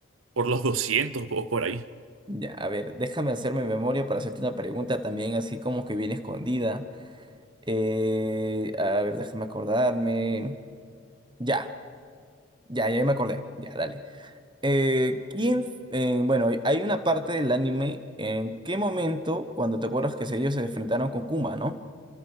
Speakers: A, on the right; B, on the right.
A: por los 200 o por ahí.
B: ya. A ver, déjame hacerme memoria para hacerte una pregunta también así como que bien escondida. Eh, a ver, déjame acordarme. Ya, ya, ya me acordé. Ya, dale. Eh, ¿quién, f- eh, bueno, hay una parte del anime en qué momento, cuando te acuerdas que ellos se enfrentaron con Kuma, ¿no?